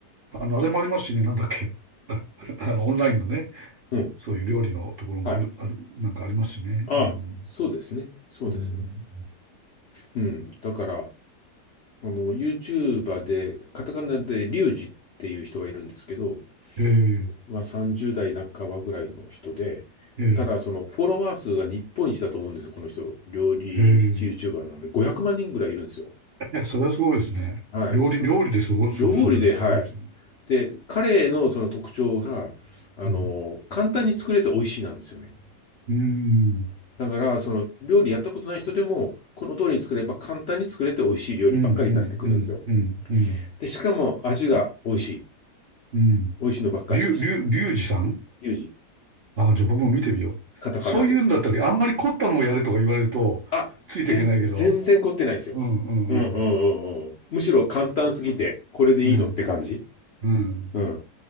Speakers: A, on the right (about 55°); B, on the left (about 60°).
A: あの、あれもありますしね、なんだっけ。<laughs> ああの、オンラインのね、
B: うん。
A: そういう料理のところもある、
B: はい。
A: ある、なんかありますしね。
B: あ、
A: うん。
B: そうですね。そうですね。
A: うん。
B: うん。だから、あの、YouTuber で、カタカナでリュウジっていう人がいるんですけど、
A: ええ、
B: まあ30代半ばぐらいの人で、
A: ええ、
B: ただそのフォロワー数が日本一だと思うんですよ、この人。料理
A: ええ。
B: YouTuber なので500万人ぐらいいるんですよ。
A: <laughs> えそれはすごいですね。
B: はい。
A: 料理、
B: そ、
A: 料理ですごす、
B: 料理で、
A: 過ごすだけすごいですね。
B: はい。で、彼のその特徴が、あの、
A: うん。
B: 簡単に作れて美味しいなんですよね。
A: うん。
B: だから、その料理やったことない人でも、この通りに作れば簡単に作れて美味しい料理ばっかり出してくるんですよ。
A: うん、うん、うん、うん、うん。
B: で、しかも味が美味しい。
A: うん。
B: 美味しいのばっかりし。
A: りゅう、りゅう、りゅうじさん
B: リュウジ、
A: ああ、じゃあ僕も見てみよう。
B: カタカナで。
A: そういうんだったり、あんまり凝ったのをやれとか言われると、
B: あ、
A: ついていけないけど、
B: 全、全然凝ってないですよ。
A: うんうんうん。
B: うんうんうんうん。むしろ簡単すぎて、これでいいのって感じ。
A: ね、うん。い
B: うん。